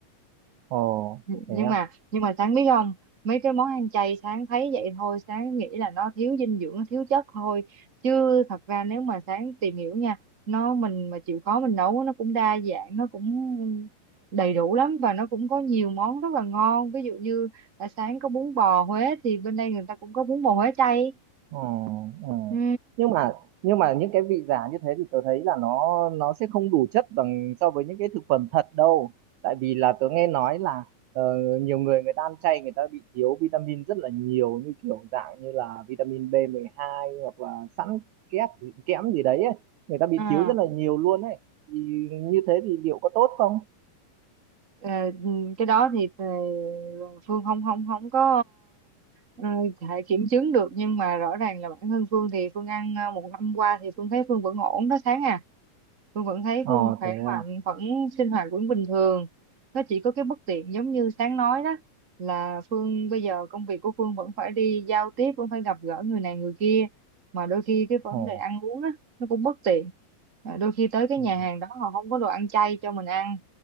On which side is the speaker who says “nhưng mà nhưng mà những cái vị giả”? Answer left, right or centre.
Right